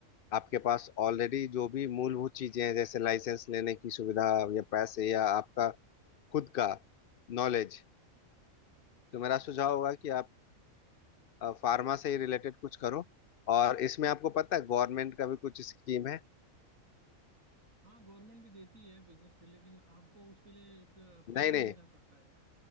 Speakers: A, on the left; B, on the right.
A: आपके पास ऑलरेडी जो भी मूलभूत चीजें हैं जैसे लाइसेंस लेने की सुविधा या पैसे या आपका खुद का नॉलेज तो मेरा सुझाव होगा कि आप फार्मा से ही रिलेटेड कुछ करो और इसमें आपको पता है गवर्नमेंट का भी कुछ स्कीम है
B: हाँ गवर्नमेंट भी देती है बिजनेस के लिए, लेकिन आपको उसके लिए एक प्लान
A: नहीं नहीं
B: देना पड़ता है